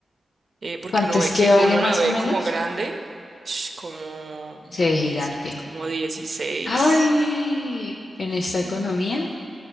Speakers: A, on the right; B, on the left.
A: Eh, porque
B: ¿cuánto
A: uno
B: es
A: ve
B: que
A: que,
B: vale
A: uno
B: más
A: la ve
B: o menos?
A: como grande, sh, como,
B: Se ve
A: dieci-
B: gigante.
A: como 16,
B: Ay, en esta economía.
A: mm,